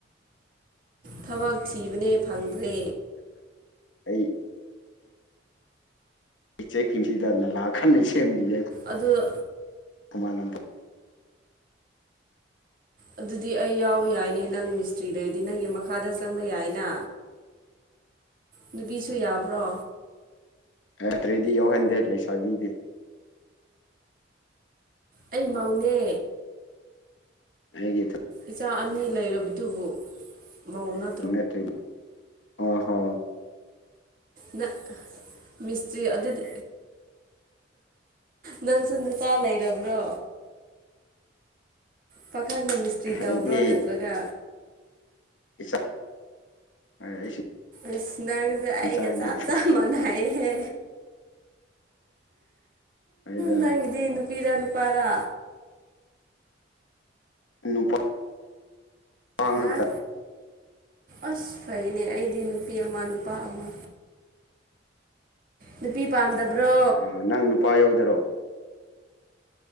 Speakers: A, on the right; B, on the left.
A: ꯊꯕꯛ ꯊꯤꯕꯅꯦ ꯐꯪꯗ꯭ꯔꯦ
B: ꯑꯩ ꯏꯆꯦ ꯀꯝꯁꯤꯗ ꯅꯂꯥꯈꯟꯅ ꯁꯦꯝꯕꯤꯦ
A: ꯑꯗꯨꯗ
B: ꯊꯨꯃꯥꯏꯅꯗ
A: ꯑꯗꯨꯗꯤ ꯑꯩ ꯌꯥꯎ ꯌꯥꯏꯅꯦ ꯅꯪ ꯃꯤꯁꯇ꯭ꯔꯤ ꯂꯩꯔꯗꯤ ꯅꯪꯒꯤ ꯃꯈꯥꯗ ꯆꯪꯕ ꯌꯥꯏꯅ ꯅꯨꯄꯤꯁꯨ ꯌꯥꯕ꯭ꯔꯣ
B: ꯑꯠꯇ꯭ꯔꯦꯗꯤ ꯌꯥꯎꯍꯟꯗꯦ ꯂꯩꯁꯥꯕꯤꯗꯦ
A: ꯑꯩ ꯃꯧꯅꯦ
B: ꯍꯥꯏꯒꯤꯦ
A: ꯏꯆꯥ ꯑꯅꯤ ꯂꯩꯔꯕꯗꯨꯕꯨ ꯃꯧꯅ
B: ꯅꯠꯇ ꯑꯣ ꯍꯣ
A: ꯅ ꯃꯤꯁꯇ꯭ꯔꯤ ꯑꯗꯨꯗꯤ ꯅꯪꯁꯨ ꯅꯨꯆꯥ ꯂꯩꯔꯕ꯭ꯔꯣ ꯄꯥꯈꯪꯗ ꯃꯤꯁꯇ꯭ꯔꯤ
B: ꯑꯩꯗꯤ
A: ꯇꯎꯕ꯭ꯔꯣ ꯅꯠꯇ꯭ꯔꯒ
B: <inaudible>
A: ꯑꯁ ꯅꯪꯁꯦ ꯑꯩꯒ
B: ꯏꯆꯥꯗꯤ
A: ꯆꯞ ꯆꯞ ꯃꯥꯟꯅꯩꯍꯦ
B: ꯑꯩꯗ
A: ꯅꯪꯗꯤ ꯅꯨ ꯄꯤꯔ ꯅꯨ ꯄꯔꯥ
B: ꯅꯨꯄꯥ ꯉꯥꯛꯇ
A: ꯑꯥ ꯑꯁ ꯐꯩꯅꯦ ꯑꯩꯗꯤ ꯅꯨꯄꯤ ꯑꯃ ꯅꯨꯄꯥ ꯑꯃ
B: <inaudible>
A: ꯅꯨꯄꯤ ꯄꯥꯝꯗꯕ꯭ꯔꯣ
B: ꯑ ꯅꯪ ꯅꯨꯄꯥ ꯌꯧꯗꯔꯣ